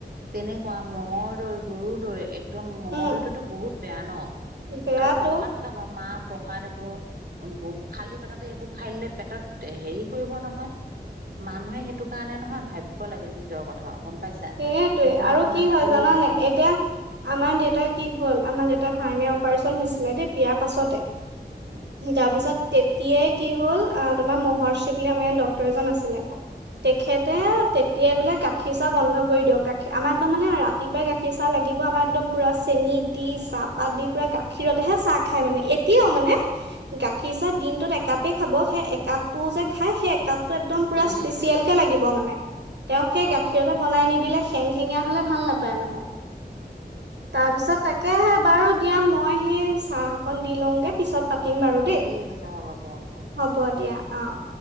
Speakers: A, on the right (about 55°); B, on the right (about 85°).
A: তেনেকুৱা ম'হৰ দৈ গৰু দৈ একদম মহৰদৈটোত
B: উম
A: বহুত বেয়া ন,
B: বেয়াটো
A: আৰু প্ৰসাদ খাব মা- প্ৰসাদ এইবোৰ খালি পেটতে এইবোৰ খাই দিলে পেটত হেৰি কৰিব নহয়। মানুহে সেইটো কাৰণে নহয় ভাবিব লাগে নিজৰ কথাও। গম পাইছা
B: সেইয়েতোৱে
A: নিজৰ
B: আৰু
A: কথা
B: কি
A: নাভাবিলেও
B: হয় জানা
A: বহুত
B: নাই,
A: দিগদাৰ
B: এতিয়া আমাৰ দেউতাৰ কি হ'ল? আমাৰ দেউা হাৰণিয় অপাৰচন হৈছিলে দেই বিয়াৰ পাছতে।
A: উম
B: তাৰপিছত তেতিয়াই কিহল আ তুমাৰ মহৰ চীগীলামে ডক্তৰ এজন আছিলে। তেখেতে তেতিয়া বোলে গাখীৰ চাহ বন্ধ কৰি দিয়ক গাখীৰ আমাৰ একদম মানে ৰাতিপূৱাই গাখীৰ চাহ লাগিব আমাৰ একদম পুৰা চেনি দি চাহপাত দি পুৰা গাখীৰতহে চাহ খাই মানে এতিয়াও মানে। গাখীৰ চাহ দিনটোত একাপেই খাব সেই একাপ টো যে খাই সেই একাপ টো একদম
A: উম
B: স্পিচিয়েল লাগিব মানে। তেওঁক সেই
A: অ
B: গাখীৰত বনাই নিদি দিলে খেং খেঙীয়া হলে ভাল নাপায় মানে, তাৰপিছত তাকে বাৰু দিয়া মই সেই চাহকন দি লওঁগে পিছত পাত- পাতিম বাৰু দেই।
A: ঠিক আছে হ'ব দিয়া দিয়া
B: হ'ব দিয়া, অঁঃ